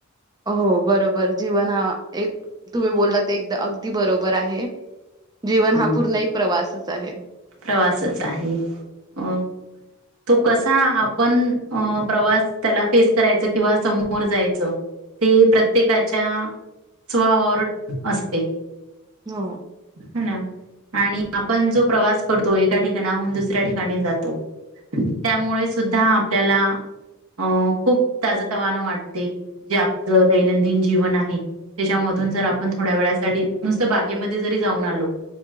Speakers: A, on the right; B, on the right.
A: हो बरोबर, जीवन हा एक तुम्ही बोलला ते एकदा अगदी बरोबर आहे.
B: हं,
A: जीवन हा
B: हं.
A: पूर्ण एक प्रवासच आहे.
B: प्रवासच आहे. म तो कसा आपण अ, प्रवास त्याला फेस करायच किंवा समोर जायचं. ते प्रत्येकाच्या स्भवावर असते.
A: हो.
B: हं नां आणि आपणं जो प्रवांस करतो एकां ठिकांणाहूंन दुसऱ्यां ठिकांणी जातो त्यामुळें सुद्धां आपल्यांला अं खूंप ताजं तवानं वाटते जे आपलं दैनंदिन जीवन आहे त्यांच्यामधूंन जरं आपणं थोड्या वेळांसाठी नुसतं बागेमध्यें जरी जाऊंन आलो